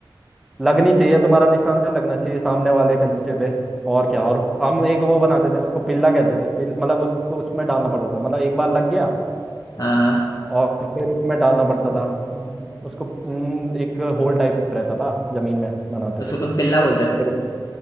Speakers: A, in the centre; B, on the left.
A: लगनी चाहिए तुम्हारा निशाना लगना चाहिए सामने वाले कंचे पे और क्या और हम एक वो बनाते थे उसको पिल्ला कहते थे पिल, मतलब उसको उसमें डालना पड़ता था मतलब एक बार लग गया
B: हाँ हाँ
A: और फिर उसमें डालना पड़ता था उसको हम्म, एक होल टाइप रहता था जमीन में बनाते
B: उसको
A: थे
B: तुम पिल्ला बोलते
A: फिर
B: थे
A: उस-